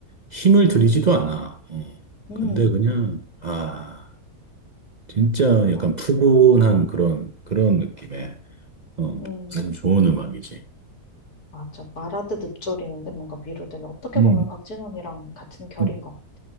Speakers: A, on the right (about 40°); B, on the left (about 75°).
A: 힘을 들이지도 않아. 어.
B: 음,
A: 근데 그냥, 아, 진짜 약간
B: 맞아.
A: 푸근한 그런, 그런 느낌의, 어,
B: 음,
A: 아주 좋은 음악이지.
B: 맞아. 말하듯 읊조리는데 뭔가 위로되는. 어떻게
A: 음,
B: 보면 곽진원이랑 같은 결인
A: 음,
B: 것